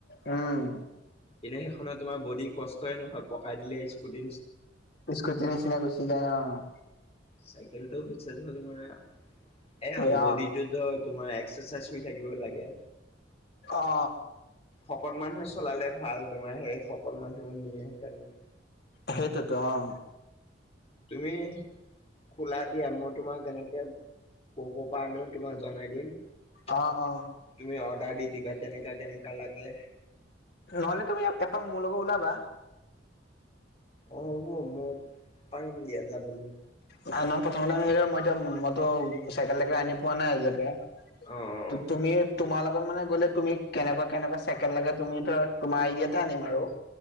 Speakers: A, on the left (about 60°); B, on the left (about 35°).
A: উম,
B: এনে সেইখনত তোমাৰ বডি কষ্টইে নহয় পকাই দিলে স্কুটি
A: উকো তেনে চিনে গ চি যায় অ'।
B: চাইকেলটো হৈছে ধৰ, তোমাৰ এ আৰু
A: এ
B: বডিটো
A: অ
B: ধৰ তোমাৰ থাক লাগে,
A: অ
B: শকত মানহ হৈ চলালে ভাল। তোমাৰ সেই সকল মানুহো নিয়ে সেইকাৰণে।
A: সেইটোত অ'।
B: তুমি খোলা দিয়া মই তোমাক এনেকে, ক ক' পৰা আনও তোমাক জনাই দিম। তুমি
A: অ অ
B: অৰ্ডাৰ দি দিবা কেনেকা কেনেকা লাগে।
A: নহলে তুমি এপাক মোৰ লগত ওলাবা।
B: অ, হ'ব, মই পাৰিম দিয়া যাবলৈ।
A: ন, নহয় প্ৰথমতে আম মই এতিয়া মইতো চাইকেল চাইকেল আনি পোৱা নাই আজিলৈকে।
B: অ' অ'
A: ত, তুমি তোমাৰ লগত মানে গ'লে তুমি কেনেকুৱা কেনেকুৱা চছেকেণ্ড লাগে তুমি ধৰ তোমাৰ আইডিয়াতেটা আনিম আৰু।